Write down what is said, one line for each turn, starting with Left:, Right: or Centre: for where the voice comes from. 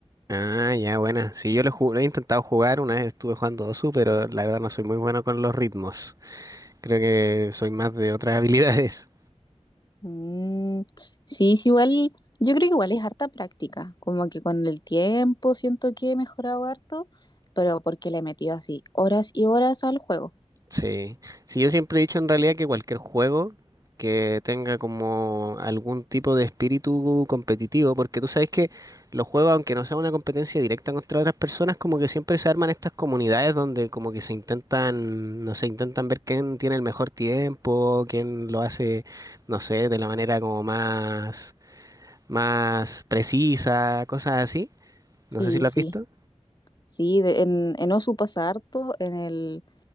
Right: Ah, ya, buena. Sí, yo lo, ju- lo he intentado jugar, una vez estuve jugando Dosu, pero la verdad no soy muy bueno con los ritmos. Creo que soy más de otras <laughs> habilidades.
Left: Mm, sí, sí, igual, yo creo que igual es harta práctica, como que con el tiempo siento que he mejorado harto, pero porque le he metido así horas y horas al juego.
Right: Sí, sí, yo siempre he dicho en realidad que cualquier juego que tenga como algún tipo de espíritu competitivo, porque tú sabes que los juegos, aunque no sea una competencia directa contra otras personas, como que siempre se arman estas comunidades donde como que se intentan, no sé, intentan ver quién tiene el mejor tiempo, quién lo hace, no sé, de la manera como más, más precisa, cosas así. No
Left: Sí,
Right: sé si lo has
Left: sí,
Right: visto.
Left: sí, de- en, en Osu pasa harto, en el,